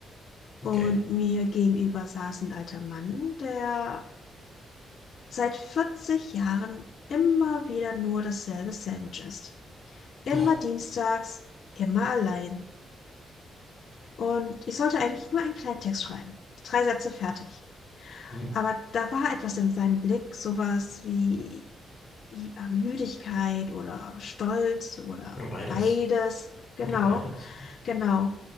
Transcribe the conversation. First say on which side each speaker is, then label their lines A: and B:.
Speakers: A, on the left; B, on the left.
A: und
B: okay.
A: mir gegenüber saß ein alter Mann, der seit 40 Jahren immer wieder nur dasselbe Sandwich isst. Immer
B: Oh,
A: dienstags, immer allein. Und ich sollte eigentlich nur einen kleinen Text schreiben. Drei Sätze fertig.
B: mhm.
A: Aber da war etwas in seinem Blick, sowas wie ja, Müdigkeit oder Stolz oder
B: Oder beides.
A: beides. Genau,
B: Oder beides.
A: genau.